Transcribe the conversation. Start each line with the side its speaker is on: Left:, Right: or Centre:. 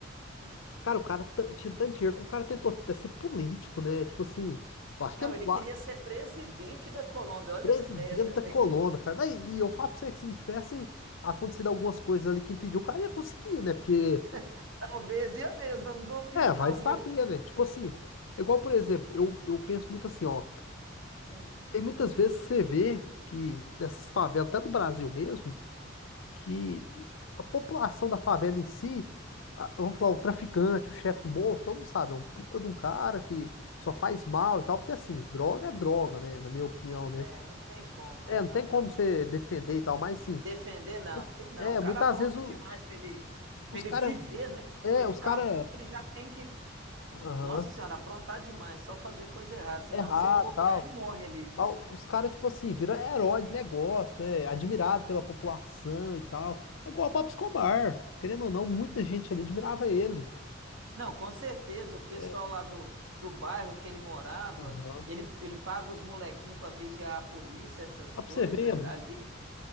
Right: Hum.
Left: Cara, o cara ta- tinha tanto dinheiro que o cara tentou até ser político, né? Tipo assim, eu acho
Right: Não,
Left: que ele.
Right: ele
Left: lá,
Right: queria ser presidente da Colômbia. Olha
Left: Presidente
Right: as ideias também.
Left: da Colômbia, cara. Não, E, e eu falo pra você que se não tivesse acontecido algumas coisas ali que impediu, o cara ia conseguir, né? Porque.
Right: <laughs> Talvez ia mesmo, eu não duvido
Left: É, vai
Right: não,
Left: saber,
Right: viu?
Left: né? Tipo assim. é Igual, por exemplo, eu, eu penso muito assim, ó.
Right: Hum.
Left: Tem muitas vezes que você vê que nessas favelas, até do Brasil mesmo. que a população da favela em si, a- vamos falar, o traficante, o chefe do morro, todo mundo sabe, é um puta de um cara que só faz mal e tal, porque assim, droga é droga, né? Na minha opinião, né?
Right: É, não tem como.
Left: É,
Right: É,
Left: não
Right: não,
Left: tem
Right: pra
Left: como
Right: mim
Left: você
Right: também.
Left: defender e tal, mas sim.
Right: Defender, não,
Left: mu-
Right: não tem não.
Left: É,
Right: O cara
Left: muitas
Right: apronta
Left: vezes o-
Right: demais pra ele, pra
Left: os
Right: ele
Left: caras.
Right: viver, né?
Left: É,
Right: Pra ele
Left: os
Right: ficar
Left: caras.
Right: vivo, ele já tem que.
Left: Aham.
Right: Nossa Senhora, aprontar demais, só fazer coisa errada. Senão,
Left: Errado
Right: se ele bobear,
Left: e tal.
Right: ele morre ali, fi.
Left: Mas o- os caras, tipo assim, viram herói de negócio, né? Admirado pela população e tal. É igual o Pablo Escobar. Querendo ou não, muita gente ali admirava ele.
Right: Não, com certeza, o pessoal
Left: É.
Right: lá do, do bairro que ele morava,
Left: Aham.
Right: ele, ele paga os molequinhos pra vigiar a polícia, essas
Left: Ah,
Right: coisas
Left: pra você ver, mano.
Right: ali.